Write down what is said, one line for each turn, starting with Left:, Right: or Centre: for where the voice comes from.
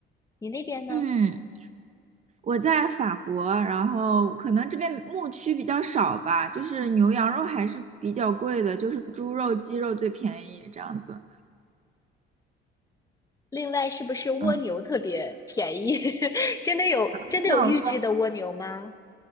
Left: 你那边呢？
Right: 嗯，我在法国，然后可能这边牧区比较少吧，就是牛羊肉还是比较贵的，就是猪肉、鸡肉最便宜这样子。
Left: 另外，是不是蜗牛特别便宜？
Right: 嗯，
Left: <laughs> 真的有真的有预制的蜗牛吗？
Right: 没有。